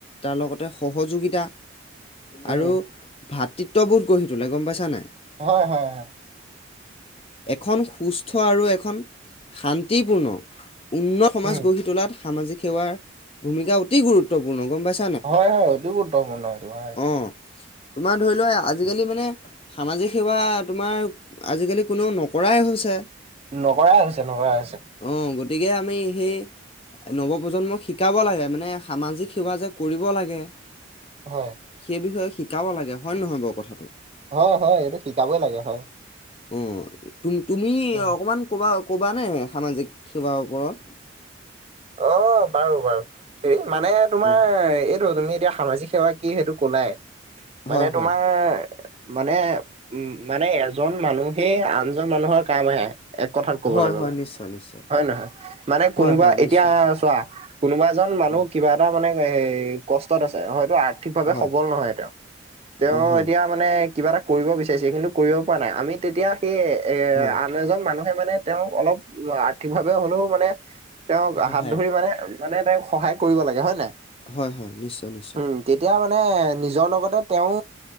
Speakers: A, on the left (about 30°); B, on the right (about 30°).
A: তাৰ লগতে সহযোগিতা
B: উম
A: আৰু ভাতৃত্ব বোত গঢ়ি তোলে গম পাইছা নাই?
B: অঁ হয় হয়।
A: এখন সুস্থ আৰু এখন শান্তিপূৰ্ণ উন্নত সমাজ
B: উম
A: গঢ়ি তোলাত সামাজিক সেৱাৰ ভূমিকা অতি গুৰুত্বপূৰ্ণ গম পাইছা নাই?
B: হয় হয় অতি গুৰুত্ব পূৰ্ণ এইটো হয়।
A: অ তোমাৰ ধৰি লোৱা আজিকালি মানে সামাজিক সেৱা তোমাৰ আজিকালি কোনেও নকৰাই হৈছে।
B: নকৰাই হৈছে নকৰাই হৈছে।
A: অঁ গতিকে আমি সেই নৱপ্ৰজন্মক শিকাব লাগে মানে সামাজিক সেৱা যে কৰিব লাগে।
B: হয়
A: সেই বিষয়ে শিকাব লাগে হয় নহয় বাৰু কথাটো?
B: হয় হয় এইটো শিকাবই লাগে হয়।
A: অ তুম তুমি
B: উম
A: অকমান কবা ক'বানে সামাজিক সেৱাৰ ওপৰত
B: অঁ বাৰু বাৰু হেই মানে তোমাৰ
A: অ
B: এইটো তুমি এতিয়া সামাজিক সেৱা কি সেইটো কলাই, মানে
A: হয় হয়
B: তোমাৰ মানে উম মানে এজন মানুহে আ নজন মানুহৰ কাম আহে এক কথাত কবলৈ
A: হয়
B: গ'লে
A: হয় নিশ্চয় নিশ্চয়
B: হয় নে নহয় মানে
A: হয়
B: কোনোবা
A: হয় নিশ্চয়
B: হয় চোৱা কোনোবা এজন মানুহ
A: অ
B: কিবা এটা মানে এ কষ্টত আছে হয়তো আ ৰ্থিক ভাৱে
A: হয়
B: সবল নহয় তেওঁ, তেওঁ
A: হয় হয়
B: এতিয়া মানে কিবা এটা কৰিব বিচাৰিছে কিন্তু কৰিব পৰা নাই আমি তেতিয়া সেই এ
A: হয়
B: আন এজন মানুহে মানে তেওঁক অলপ আৰ্থিকভাৱে হ'লেও মানে তেওঁক
A: সহায়
B: হাত ধৰি মানে মানে তেওঁক সহায় কৰিব লাগে হয় নে নাই?
A: হয় হয়, নিশ্চয় নিশ্চয়।
B: উম তেতিয়া মানে নিজৰ লগতে তেওঁ